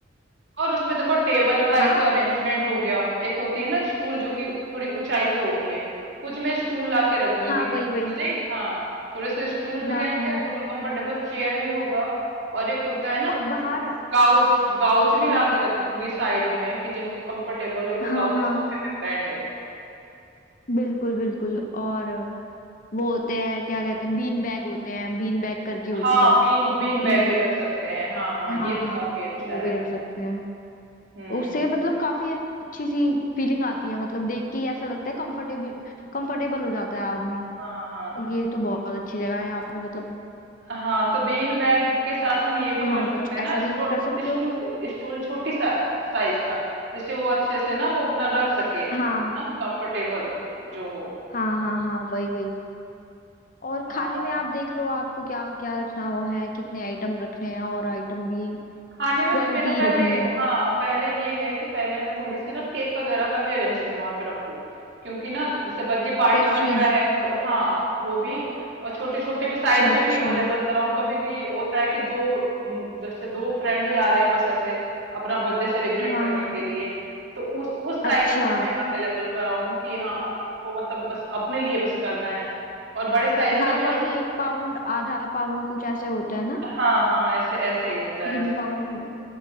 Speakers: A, on the right; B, on the left.
A: और उसमें देखो टेबल का
B: हाँ
A: एक तो अरेंजमेंट हो गया एक होती है ना स्टूल जो कि थोड़ी ऊंचाई पे होती है कुछ मैं स्टूल ला के रख दूंगी
B: हाँ वही
A: जैसे
B: वही
A: नहीं हाँ थोड़े से स्टूल
B: हाँ
A: भी रहेंगे
B: हाँ, हाँ।
A: थोड़ा कंफर्टेबल चेयर भी होगा और एक होता है ना
B: और बाहर
A: काउच काउच भी ला
B: हाँ
A: के रख दूंगी साइड में कि जिनको कंफर्टेबल है वो
B: हाँ
A: काउच
B: हाँ
A: या सोफे पे बैठे
B: बिल्कुल बिल्कुल और वो होते हैं क्या कहते हैं बीन बैग होते हैं बीन बैग करके होती
A: हाँ
B: है
A: बीन बीन बैग
B: उन
A: भी रख सकते हैं हाँ हाँ
B: हाँ
A: ये तो
B: हाँ
A: काफी अच्छा
B: वो
A: है
B: भी रख सकते हैं
A: हम्म
B: तो उससे मतलब काफी अच्छी सी फीलिंग आती है मतलब देख के ही ऐसा लगता है कंफर्टेबल कंफर्टेबल हो जाता है आदमी
A: हाँ हाँ
B: ये तो बहुत अच्छी जगह है यहाँ पे मतलब
A: हाँ तो बीन बैग के साथ हम ये भी
B: हाँ
A: कर सकते
B: कुछ
A: हैं
B: ऐसा
A: ना स्टू-
B: भी कर सकते
A: स्टूल
B: हो
A: स्टूल छोटी सा, साइज का जिससे वो अच्छे से ना वो अपना रख सके ना
B: हाँ
A: कंफर्टेबल जो हो
B: हाँ हाँ हाँ वही वही और
A: हाँ
B: खाने में आप देख लो आपको क्या क्या रखना हुआ है कितने आइटम रखने हैं और आइटम भी
A: खाने में
B: क्वालिटी
A: तो मेरा पहले
B: रखनी है
A: हाँ पहले ये है कि पहले मैं थोड़ी सी ना केक वगैरह का भी अरेंजमेंट वहां पे रखूं क्योंकि ना जैसे बर्थडे पार्टी
B: पेस्ट्रीज
A: वगैरह है तो हाँ वो भी और छोटे छोटे भी साइज
B: अच्छा अच्छा
A: में भी अवेलेबल कराऊं कभी कि होता है कि दो हम्म, जैसे दो फ्रेंड ही आ रहे हैं बस ऐसे अपना बर्थडे सेलिब्रेट
B: हाँ
A: करने
B: हाँ
A: के लिए तो उस उस साइज
B: अच्छा
A: में भी मैं अवेलेबल कराऊं कि हाँ इनको मतलब बस अपने लिए बस करना है और बड़े साइज
B: हाँ
A: का भी
B: वही
A: रखूं
B: एक पाउंड आधा पाउंड कुछ ऐसे होता है ना
A: हाँ हाँ ऐसे ऐसे ही होता
B: तीन
A: है उसमें
B: पाउंड